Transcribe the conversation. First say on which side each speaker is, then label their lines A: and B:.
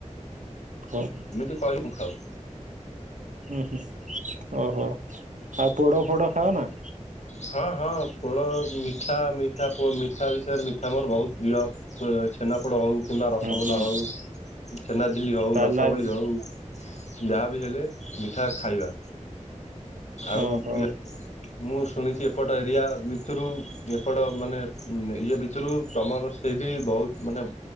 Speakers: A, on the right; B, on the left.
A: ଓହୋ।
B: ଏମିତି କହିବୁ ଖାଉ
A: ଉଁ ହୁଁ ଓହୋ, ଆଉ ପୋଡ ଫୋଡ ଖାଅ ନା?
B: ହଁ ହଁ ପୋଡ ମିଠା ମିଠା-ପୋ ମିଠା ବିଷୟରେ ମିଠା ମୋର ବହୁତ ପ୍ରିୟ। ପ୍-ଛେନାପୋଡ ହଉ କିମ୍ବା ରସଗୋଲା
A: ହୁଁ ହୁଁ
B: ହଉ ଛେନାଝିଲି ହଉ
A: ତାହେଲେ
B: ରସାବଳି
A: ଆଜି
B: ହଉ ଯାହାବିି ହେଲେ ମିଠା ଖାଇବା। ଆଉ
A: ଓହୋ
B: ୟା ମୁଁ ଶୁଣିଚି ଏପଟ ଏରିଆ ଭିତରୁ ଏପଟ ମାନେ ଇଏ ଭିତରୁ ତମର ସେଇ ବି ବହୁତ ମାନେ